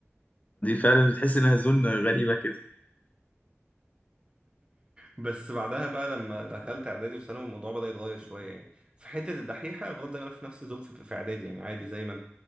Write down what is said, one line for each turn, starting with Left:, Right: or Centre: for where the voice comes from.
Left: فعلا بتحس انها زون غريبة كده
Right: بس بعدها بقى لما دخلت اعدادي وثانوي الموضوع بدأ يتغير شويه يعني في حته الدحيحه فضلت زي ما انا في نفس الزوم في في اعدادي يعني عادي زي ما انا